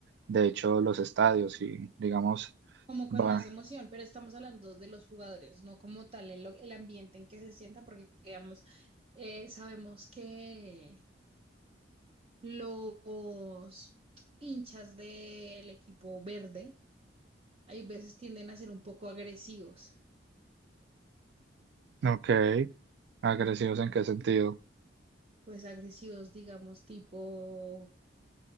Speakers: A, on the right (about 65°); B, on the right (about 30°).
A: de hecho los estadios y digamos,
B: como con
A: va,
B: más emoción, pero estamos hablando de los jugadores, no como tal el, el ambiente en que se sienta, porque digamos, eh, sabemos que los hinchas del equipo verde hay veces tienden a ser un poco agresivos,
A: ok, agresivos en qué sentido?
B: pues agresivos, digamos, tipo,